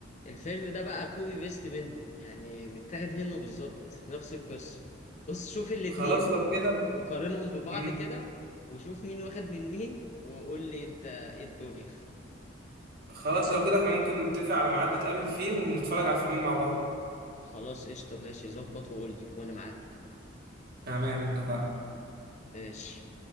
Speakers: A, on the left; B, on the right.
A: الفيلم ده بقى كوبي بيست منه يعني متاخد منه بالظبط نفس القصة بص شوف الاتنين
B: خلاص لو كده
A: وقارنهم ببعض
B: مم.
A: كده وشوف مين واخد من مين وقول لي انت ايه الدنيا
B: خلاص لو كده احنا ممكن نتفق على ميعاد نتقابل فيه ونتفرج على الفيلمين مع بعض
A: خلاص قشطة ماشي ظبط وقول لي وأنا معاك
B: تمام اتفقنا
A: ماشي